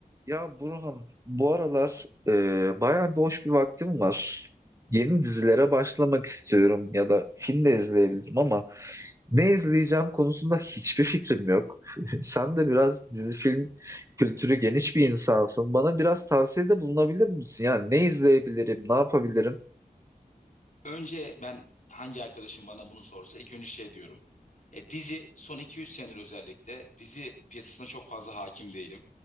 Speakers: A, on the right; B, on the left.
A: Ya Burhan, bu aralar e, bayağı boş bir vaktim var. Yeni dizilere başlamak istiyorum ya da film de izleyebilirim ama ne izleyeceğim konusunda hiçbir fikrim yok. <laughs> Sen de biraz dizi film kültürü geniş bir insansın. Bana biraz tavsiyede bulunabilir misin? Yani ne izleyebilirim, ne yapabilirim?
B: Önce ben hangi arkadaşım bana bunu sorsa ilk önce şey diyorum. E, dizi son 200 senedir özellikle dizi piyasasına çok fazla hakim değilim.